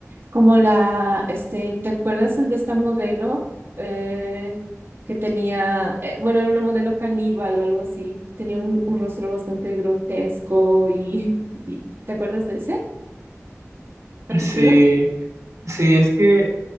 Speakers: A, on the right; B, on the right.
A: como la, este, ¿te acuerdas el de esta modelo eh, que tenía, eh, bueno, era una modelo caníbal o algo así, tenía un, un rostro bastante grotesco y, <laughs> y ¿te acuerdas de ese capítulo?
B: Sí, sí, es que